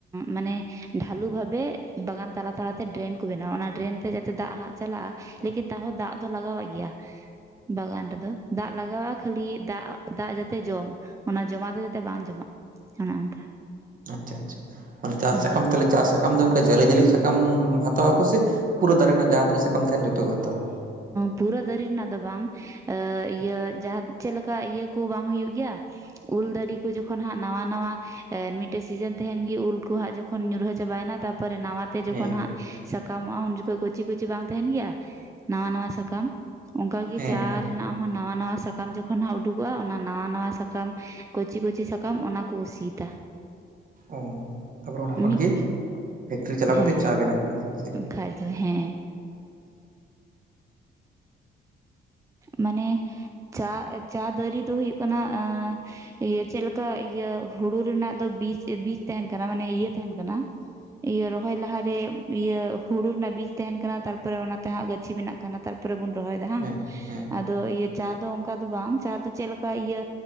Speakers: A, on the right; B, on the right.
A: ᱢᱟᱱᱮ ᱰᱷᱟᱞᱩ ᱵᱷᱟᱵᱮ ᱵᱟᱜᱟᱱ ᱛᱟᱞᱟ ᱛᱟᱞᱟ ᱛᱮ ᱰᱨᱮᱱ ᱠᱚ ᱵᱮᱱᱟᱣᱟ, ᱚᱱᱟ ᱰᱨᱮᱱ ᱛᱮ ᱡᱟᱛᱮ ᱫᱟᱜ ᱦᱟᱸᱜ ᱪᱟᱞᱟᱜᱼᱟ ᱞᱮᱠᱤᱱ ᱛᱟᱦᱚᱸ ᱫᱟᱜ ᱫᱚ ᱞᱟᱜᱟᱣᱟᱼᱜ ᱜᱮᱭᱟ ᱵᱟᱜᱟᱱ ᱨᱮᱫᱚ ᱫᱟᱜ ᱞᱟᱜᱟᱣᱟᱜᱼᱟ ᱠᱷᱟᱹᱞᱤ ᱫᱟᱜ ᱫᱟᱜ ᱡᱟᱛᱮ ᱡᱚᱢ ᱚᱱᱟ ᱡᱚᱢᱟ ᱫᱚ ᱡᱟᱛᱮ ᱵᱟᱝ ᱡᱚᱢᱟᱜ ᱚᱱᱮ ᱚᱱᱠᱟ
B: ᱟᱪᱪᱷᱟ ᱟᱪᱪᱷᱟ ᱢᱟᱱᱮ ᱪᱟᱥ
A: ᱦᱩᱸ
B: ᱥᱟᱠᱟᱢ ᱛᱮᱞᱮ ᱪᱟᱥ ᱥᱟᱠᱟᱢ ᱫᱚ ᱚᱱᱠᱟ ᱡᱟᱞᱮ ᱡᱟᱹᱞᱤ ᱥᱟᱠᱟᱢ ᱦᱟᱛᱟᱣ ᱟᱠᱚ ᱥᱮ ᱯᱩᱨᱟᱹ ᱫᱟᱨᱮ ᱨᱮᱱᱟᱜ ᱡᱟᱦᱟᱸ ᱛᱤᱱᱟᱹᱜ ᱥᱟᱠᱟᱢ ᱛᱟᱦᱮᱱ ᱡᱚᱛᱚ ᱠᱚ ᱦᱟᱛᱟᱣᱟ
A: ᱯᱩᱨᱟᱹ ᱫᱟᱹᱨᱤ ᱨᱮᱱᱟᱜ ᱫᱚ ᱵᱟᱝ ᱤᱭᱟᱹ ᱡᱟᱦᱟᱸ ᱪᱮᱫ ᱞᱮᱠᱟ ᱤᱭᱟᱹ ᱠᱚ ᱵᱟᱝ ᱦᱩᱭᱩᱜ ᱜᱮᱭᱟ ᱩᱞ ᱫᱟᱨᱤ ᱠᱚ ᱡᱚᱠᱷᱚᱱ ᱦᱟᱸᱜ ᱱᱟᱣᱟ ᱱᱟᱣᱟ ᱢᱤᱫᱴᱮᱡ ᱥᱤᱡᱮᱱ ᱛᱟᱦᱮᱱ ᱜᱮ ᱩᱞᱠᱩ ᱦᱟᱸᱜ ᱡᱚ ᱠᱷᱚᱱ ᱧᱩᱨᱦᱟᱹ ᱪᱟᱵᱟᱭᱱᱟ ᱛᱟᱯᱚᱨᱮ ᱱᱟᱣᱟ ᱛᱮ ᱡᱚᱠᱷᱚᱱ
B: ᱦᱮᱸ
A: ᱦᱟᱸᱜ ᱥᱟᱠᱟᱢᱚᱜᱼᱟ ᱩᱱ ᱡᱚᱠᱷᱚᱱ ᱠᱩᱪᱤ ᱠᱩᱪᱤ ᱵᱟᱝ ᱛᱟᱦᱮᱱ ᱜᱮᱭᱟ ᱱᱟᱣᱟ ᱱᱟᱣᱟ ᱥᱟᱠᱟᱢ ᱚᱱᱠᱟ ᱜᱤ
B: ᱦᱮᱸ
A: ᱪᱟ
B: ᱦᱮᱸ
A: ᱨᱮᱱᱟᱜ ᱦᱚᱸ ᱱᱟᱶᱟ ᱱᱟᱶᱟ ᱥᱟ ᱠᱟᱢ ᱡᱚᱠᱷᱚᱱ ᱦᱟᱸᱜ ᱩᱰᱩᱠᱚᱜᱼᱟ ᱚᱱᱟ ᱱᱟᱣᱟᱹ ᱱᱟᱣᱟ ᱥᱟᱠᱟᱢ ᱠᱚᱪᱤ ᱠᱚᱪᱤ ᱥᱟᱠᱟᱢ ᱚᱱᱟ ᱠᱚ ᱥᱤᱛᱟ
B: ᱚᱸ ᱛᱟᱯᱚᱨᱮ ᱚᱱᱟ
A: ᱢᱤᱫ
B: ᱠᱷᱚᱱ ᱜᱤ ᱯᱷᱮᱠᱴᱨᱤ ᱪᱟᱞᱟᱣ ᱠᱟᱛᱮ
A: ᱦᱮᱸ
B: ᱪᱟ ᱵᱮᱱᱟᱜ ᱠᱟᱱᱟ ᱥᱮ <unintelligible>
A: ᱵᱟᱠᱷᱟᱡ ᱫᱚ ᱦᱮᱸ, ᱢᱟᱱᱮᱹ, ᱪᱟ ᱪᱟ ᱫᱟᱨᱮ ᱫᱚ ᱦᱩᱭᱩᱹᱜ ᱠᱟᱱᱟ ᱮᱸᱻ ᱤᱭᱟᱹ ᱪᱮᱫᱹᱞᱮᱠᱟ ᱤᱭᱟᱹ ᱦᱩᱲᱩ ᱨᱮᱱᱟᱜ ᱫᱚ ᱵᱤᱡ ᱵᱤᱡ ᱛᱟᱦᱮᱱ ᱠᱟᱱᱟ ᱢᱟᱱᱮᱹ ᱤᱭᱟᱹ ᱛᱟᱦᱮᱱ ᱠᱟᱱᱟ ᱤᱭᱟᱹ ᱨᱚᱦᱚᱭ ᱞᱟᱦᱟᱨᱮ ᱤᱭᱟᱹ ᱦᱩᱲᱩ ᱨᱮᱱᱟᱜ ᱵᱤᱡ ᱛᱟᱦᱮᱱ ᱠᱟᱱᱟ ᱛᱟᱨᱯᱚᱨᱮ ᱚᱱᱟᱛᱮ ᱦᱟᱸᱜ ᱜᱟᱹᱪᱷᱤ ᱵᱮᱱᱟᱹᱜ ᱠᱟᱱᱟᱹ ᱛᱟᱨᱯᱚᱨ ᱛᱯᱚᱨᱮ ᱵᱩᱱ ᱨᱚᱦᱚᱭ ᱫᱟ ᱵᱟᱝ,
B: ᱦᱮᱸ ᱦᱮᱸ
A: ᱟᱸᱫᱚ ᱤᱭᱟᱹ ᱪᱟ ᱫᱚ ᱚᱱᱠᱟ ᱫᱚ ᱵᱟᱝ ᱪᱟ ᱫᱚ ᱪᱮᱫ ᱞᱮᱠᱟ ᱤᱭᱟᱹ